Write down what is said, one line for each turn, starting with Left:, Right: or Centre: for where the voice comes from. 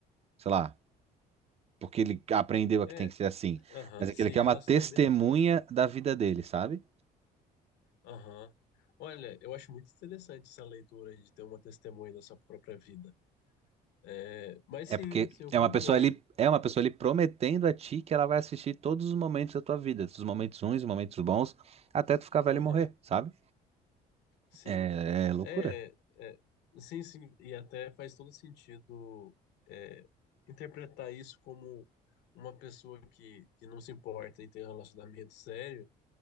Right: sei lá, porque ele aprendeu a
Left: É,
Right: que tem que ser assim.
Left: aham,
Right: Mas aquele
Left: sim,
Right: que
Left: relacionamento.
Right: é uma testemunha da vida dele, sabe?
Left: Aham. Olha, eu acho muito interessante essa leitura aí de ter uma testemunha da sua própria vida. É, mas
Right: É
Left: sim,
Right: porque
Left: sim, eu
Right: é
Left: concordo.
Right: uma pessoa ali, é uma pessoa ali prometendo a ti que ela vai assistir todos os momentos da tua vida, os momentos ruins, os momentos bons, até tu ficar velho
Left: Aham,
Right: e morrer, sabe?
Left: sim.
Right: É, é loucura.
Left: É, é, sim, sim, e até faz todo sentido é, interpretar isso como uma pessoa que, que não se importa em ter um relacionamento sério,